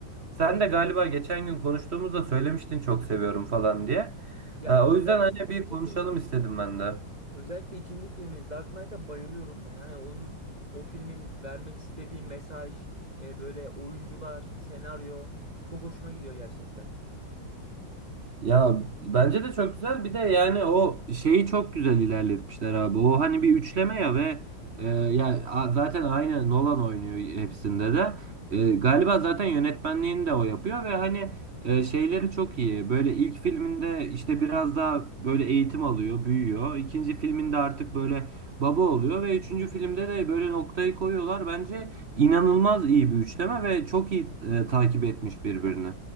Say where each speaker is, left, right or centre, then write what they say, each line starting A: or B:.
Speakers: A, on the right; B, on the right.
A: Sen
B: Hı hı.
A: de galiba geçen gün konuştuğumuzda söylemiştin çok seviyorum falan diye.
B: Ya
A: E, O
B: özellikle
A: yüzden hani
B: ikinci
A: bir konuşalım
B: filmini
A: istedim ben de.
B: Özellikle ikinci filmi Dark Knight'a bayılıyorum ben. Hani onun o filmin vermek istediği mesaj, e, böyle oyuncular, senaryo çok hoşuma gidiyor gerçekten.
A: Ya bence de çok güzel. Bir de yani o şeyi çok güzel ilerletmişler abi. O hani bir üçleme ya ve e, ya a- zaten aynı Nolan oynuyor hepsinde de. E, galiba zaten yönetmenliğini de o yapıyor ve hani e, şeyleri çok iyi. Böyle ilk filminde işte biraz daha böyle eğitim alıyor, büyüyor. İkinci filminde artık böyle baba oluyor ve üçüncü filmde de böyle noktayı koyuyorlar. Bence inanılmaz iyi bir üçleme ve çok iyi e, takip etmiş birbirini.